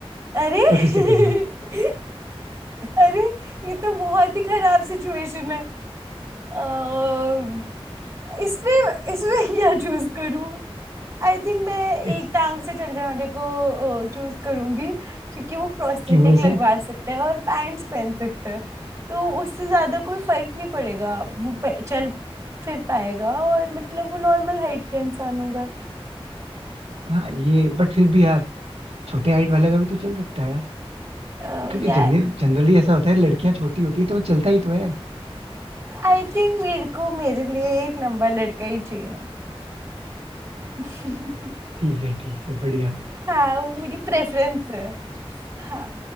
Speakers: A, on the right (about 30°); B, on the right (about 85°).
A: अरे <laughs>
B: तो किससे करोगे
A: अरे ये तो बहुत ही खराब सिचुएशन है अ, इसमें इसमें क्या चूज करूं आई थिंक मैं
B: इस
A: एक टांग से चलने वाले को चूज करूंगी क्योंकि वो प्रोस्थेटिक
B: क्यों
A: लगवा
B: से
A: सकता है और पैंट्स पहन सकता है तो उससे ज्यादा कोई फर्क नहीं पड़ेगा वो पे- चल फिर पाएगा और मतलब वो नॉर्मल हाइट का इंसान होगा
B: हाँ ये बट फिर भी यार छोटे हाइट वाले का भी तो चल सकता है यार
A: अ,
B: क्योंकि
A: या
B: जनरल जनरली ऐसा होता है लड़कियां छोटी होती है तो वो चलता ही तो है
A: आई थिंक मेरे को मेरे लिए एक लंबा लड़का ही चाहिए <laughs>
B: ठीक है ठीक है बढ़िया
A: हाँ वो मेरी प्रेफरेंस है हाँ